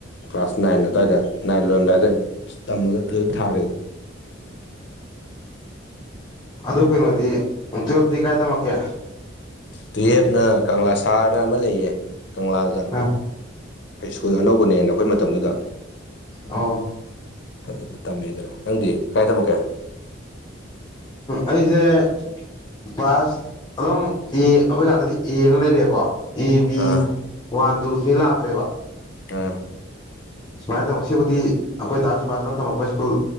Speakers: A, on the left; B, on the left.
A: ꯀ꯭ꯂꯥꯁ ꯅꯥꯏꯟ ꯑꯗꯥꯏꯗ ꯅꯥꯏꯟ ꯂꯣꯟꯔꯝꯗꯥꯢ ꯑꯗꯥꯏ ꯇꯝꯃꯒ ꯑꯗꯨ ꯊꯥꯔꯦ
B: ꯑꯗꯨ ꯀꯩꯅꯣꯗꯤ ꯇꯨꯌꯦꯞꯇꯤ ꯀꯥꯏꯗ ꯇꯝꯃꯛꯀꯦ
A: ꯇꯨꯌꯦꯞꯅ ꯀꯪꯂꯥ ꯁꯥꯅ ꯑꯃ ꯂꯩꯌꯦ ꯀꯪꯂꯥꯒ
B: ꯑ
A: ꯁ꯭ꯀꯨꯜ ꯑꯅꯧꯕꯅꯦꯅ ꯑꯩꯈꯣꯏ ꯃꯇꯝꯗꯨꯗ
B: ꯑꯣ꯫
A: ꯑꯗꯨꯗ ꯇꯝꯃꯦꯗꯅ ꯅꯪꯗꯤ ꯀꯥꯏ ꯊꯝꯃꯛꯀꯦ
B: ꯑꯩꯁꯦ ꯀ꯭ꯂꯥꯁ ꯑꯗꯨꯝ ꯑꯦ ꯑꯩꯈꯣꯏꯀꯥꯟꯗꯗꯤ ꯑꯦ ꯑꯅ ꯂꯩꯔꯦꯀꯣ꯫ ꯑꯦ ꯕꯤ
A: ꯑꯥ
B: ꯋꯥꯟ ꯇꯨ ꯊꯤꯅ ꯂꯥꯛꯈ꯭ꯔꯦꯕ꯫
A: ꯎꯝ
B: ꯁꯨꯃꯥꯏꯅ ꯇꯧꯕ ꯁꯤꯕꯨꯗꯤ ꯑꯩꯈꯣꯏ ꯇꯥꯁꯨꯕꯥꯁ ꯅꯇꯃꯛꯄ ꯁ꯭ꯀꯨꯜ